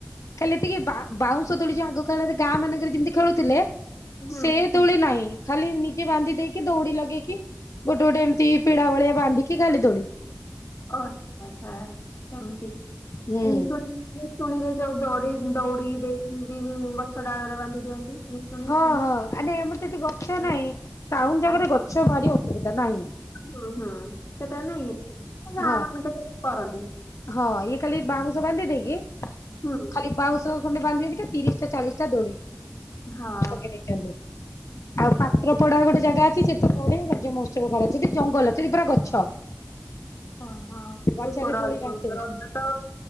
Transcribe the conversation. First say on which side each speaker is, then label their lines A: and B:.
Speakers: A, on the left (about 80°); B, on the left (about 60°).
A: ଖାଲି ଟିକେ ବାଉଁଶ ଦୋଳି ଯୋଉ ଆଗ କାଳରେ ଗାଁ ମାନଙ୍କରେ ଯେମିତି ଖେଳୁଥିଲେ
B: ହୁଁ
A: ସେ ଦୋଳି ନାହିଁ ଖାଲି ନିଜେ ବାନ୍ଧି ଦେଇକି ଦୌଡି ଲଗେଇକି ଗୋଟେ ଗୋଟେ ଏମିତି ପିଢା ଭଳିଆ ବାନ୍ଧି ଏଠି ଖାଲି ଦୋଳି।
B: ଓ ଆଛା ଆଚ୍ଛା ସେମତି
A: ହୁଁ
B: ଶୁଣି ଶୁଣିଲେ ଯୋଉ ଦଡି ଦଉଡି ଦେଇି ଗଛ ଡାଳରେ ବାନ୍ଧି ଦିଅନ୍ତି। ନିଶୁଣି।
A: ହଁ ହଁ ଆ ଏମର ତ ଏଠି ଗଛ ନାହିଁ ଟାଉନ ଜାଗାରେ
B: ଆଚ୍ଛା
A: ଗଛ ଭାରି ଅସୁବିଧା ନାଇଁ।
B: ହୁଁ ହୁଁ ସେଟାରେ ନାଇଁ ଗା
A: ହଁ
B: ମାନେ କେ କରନ୍ତି।
A: ହଁ ଇଏ ଖାଲି ବାଉଁଶ ବାନ୍ଧି ଦେଇକି
B: ହୁଁ
A: ଖାଲି ବାଉଁଶ ଖଣ୍ଡେ ବାନ୍ଧିଦେବେ ତିରିଶ ଟା ଚାଳିଶ ଟା ଦୋଳି
B: ହଁ
A: ପକେଇ ଦେଇଛନ୍ତି। ଆଉ ପାତ୍ର ପଡା ଗୋଟେ ଜାଗା ଅଛି ସେଠ ତ ବଢିଆ ରଜ ମହୋତ୍ସବ କରନ୍ତି ଜଙ୍ଗଲ ସେଠି ପୁରା ଗଛ।
B: ଅ ହଁ
A: ଗଛରେ
B: ଉପର
A: ଦୋଳି ବାନ୍ଧିଥିବେ।
B: ର ତ